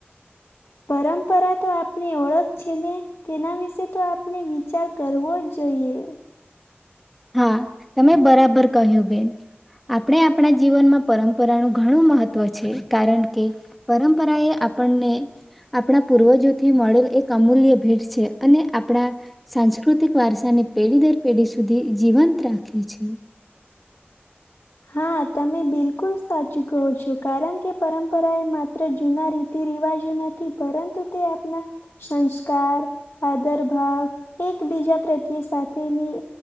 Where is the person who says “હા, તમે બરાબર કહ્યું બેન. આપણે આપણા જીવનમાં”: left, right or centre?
Centre